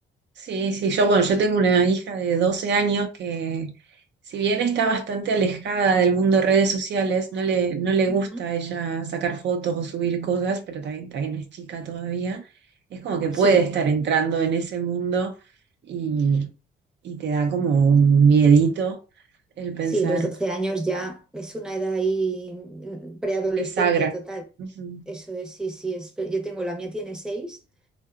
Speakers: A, on the right; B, in the centre.
A: Sí, sí, yo, bueno, yo tengo una hija de 12 años que, si bien está bastante alejada del mundo de redes sociales, no le, no le gusta
B: Ujú.
A: a ella sacar fotos o subir cosas, pero también, también es chica todavía. Es como que puede
B: Sí,
A: estar entrando en ese mundo y, y te da como un miedito el pensar
B: sí, los 12 años ya es una edad ahí mm, preadolescente
A: bisagra.
B: total.
A: Ujú,
B: Eso es, sí, sí, es, yo tengo, la mía tiene 6.